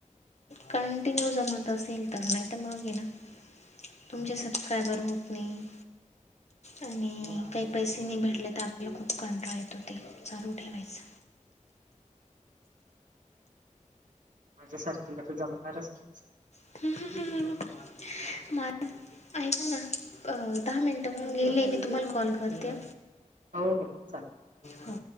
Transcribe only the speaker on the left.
कंटिन्यू जमत असेल तर, नाही तर मगं आहे ना. तुमचे सबस्क्रायबर होत नाही. आणि काही पैसे नाही भेटले. तर आपल्याला खूप कंटाळा येतो ते चालू ठेवायच.
ति <unintelligible> ह ऐका ना. अ दहा मिनटं होऊन गेले. मी तुम्हाला कॉल करते.
हो